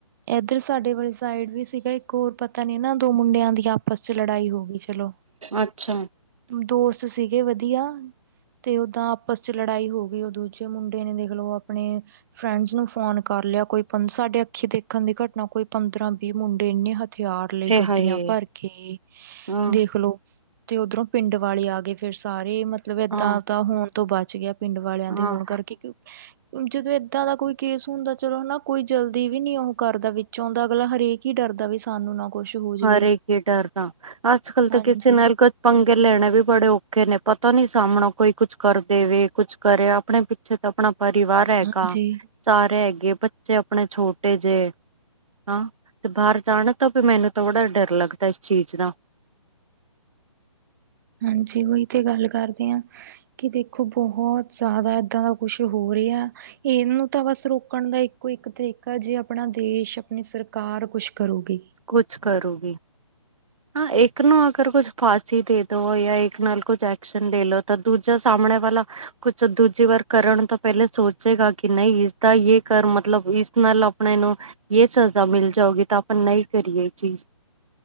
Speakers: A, on the right; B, on the right.
A: ਇੱਧਰ ਸਾਡੇ ਵਾਲੀ ਸਾਈਡ ਵੀ ਸੀਗਾ, ਇੱਕ ਹੋਰ। ਪਤਾ ਨੀ ਨਾ, ਦੋ ਮੁੰਡਿਆਂ ਦੀ ਆਪਸ ਚ ਲੜਾਈ ਹੋ ਗਈ, ਚਲੋ!
B: ਅੱਛਾ!
A: ਦੋਸਤ ਸੀਗੇ ਵਧੀਆ। ਤੇ ਓਹਦਾਂ ਆਪਸ ਚ ਲੜਾਈ ਹੋ ਗਈ। ਉਹ ਦੂਜੇ ਮੁੰਡੇ ਨੇ ਦੇਖ ਲਓ ਆਪਣੇ ਫਰੈਂਡਸ ਨੂੰ ਫੋਨ ਕਰ ਲਿਆ। ਕੋਈ ਪਨ, ਸਾਡੇ ਅੱਖੀ ਦੇਖਣ ਦੀ ਘਟਨਾ, ਕੋਈ ਪੰਦਰਾਂ ਵੀਹ ਮੁੰਡੇ ਇੰਹਨੇਂ ਹਥਿ ਹਥਿਆਰ ਲਈ
B: ਇਹ
A: ਗੱਡੀਆਂ
B: ਹਾਏ
A: ਭਰ ਕੇ,
B: ਹਾਂ
A: ਦੇਖਲੋ। ਤੇ ਉੱਧਰੋਂ ਪਿੰਡ ਵਾਲੇ ਆ ਗਏ ਫੇਰ ਸਾਰੇ, ਮਤਲਬ ਏਹਦਾਂ
B: ਹਾਂ
A: ਤਾਂ ਹੋਣ ਤੋਂ ਬਚ ਗਿਆ। ਪਿੰਡ ਵਾਲਿਆਂ ਦੇ
B: ਹਾਂ
A: ਹੋਣ ਕਰਕੇ, ਕਿਉਂ, ਕਿਉਂਕਿ ਜਦੋਂ ਇਹ ਦਾਂ ਦਾ ਕੋਈ ਕੇਸ ਹੁੰਦਾ ਚਲੋ ਹਨਾ, ਕੋਈ ਜਲਦੀ ਵੀ ਨੀ ਉਹ ਕਰਦਾ, ਵਿੱਚ ਆਂਦਾ, ਅਗਲਾ ਹਰੇਕ ਈ ਡਰਦਾ ਵੀ ਸਾਨੂੰ ਨਾ ਕੁੱਛ ਹੋ ਜਾਵੇ
B: ਹਰੇਕ ਉ ਡਰਦਾ, ਅੱਜ-ਕਲ ਤੇ
A: ਹਾਂਜੀ
B: ਕਿਸੇ ਨਾਲ ਕੁਛ ਪੰਗੇ ਲੈਣੇ ਵੀ ਬੜੇ ਔਖੇ ਨੇਂ, ਪਤਾ ਨੀ ਸਾਹਮਣੋ ਕੋਈ ਕੁਛ ਕਰ ਦੇਵੇ ਕੁੱਛ ਕਰੇ, ਆਪਣੇ ਪਿੱਛੇ ਤਾਂ ਅਪਣਾ ਪਰਿਵਾਰ ਹੈਗਾ।
A: ਹਾਂਜੀ
B: ਸਾਰੇ ਹੈਗੇ, ਬੱਚੇ ਅਪਣੇ ਛੋਟੇ ਜਿਹੇ ਹਾਂ, ਤੇ ਬਾਹਰ ਜਾਣ ਤੋਂ ਵੀ ਮੈਨੂੰ ਤੇ ਬੜਾ ਡਰ ਲੱਗਦੈ, ਇਸ ਚੀਜ ਨਾ।
A: ਹਾਂਜੀ, ਉਈ ਤੇ ਗੱਲ ਕਰਦੇ ਆਂ। ਕਿ ਦੇਖੋ ਬਹੁਤ ਜ਼ਿਆਦਾ ਇੱਹਦਾਂ ਦਾ ਕੁਛ ਹੋ ਰਿਹਾ। ਇਹਨੂੰ ਤਾਂ ਬਸ ਰੋਕਣ ਦਾ ਇੱਕੋ-ਇੱਕ ਤਰੀਕਾ, ਜੇ ਆਪਣਾ ਦੇਸ਼, ਆਪਣੀ ਸਰਕਾਰ ਕੁਛ ਕਰੂਗੀ।
B: ਕੁਛ ਕਰੂਗੀ। ਹਾਂ, ਇੱਕ ਨੂੰ ਅਗਰ ਕੁਝ ਫਾਂਸੀ ਦੇਦੋ, ਯਾ ਇੱਕ ਨਾਲ ਕੁੱਝ ਐਕਸ਼ਨ ਦੇ ਲੋ, ਤਾਂ ਦੂਜਾ ਸਾਹਮਣੇ ਵਾਲਾ ਕੁਛ ਦੂਜੀ ਵਾਰ ਕਰਨ ਤੋਂ ਪਹਿਲੇ ਸੋਚੇਗਾ, ਕਿ ਨਹੀਂ ਇਸਦਾ ਯੇ ਕਰ, ਮਤਲਬ ਇਸ ਨਾਲ ਅਪਣੇ ਨੂੰ ਯੇ ਸਜ਼ਾ ਮਿਲ ਜਾਊਗੀ, ਤਾ ਆਪਾਂ ਨਹੀਂ ਕਰੀਏ ਇਹ ਚੀਜ਼।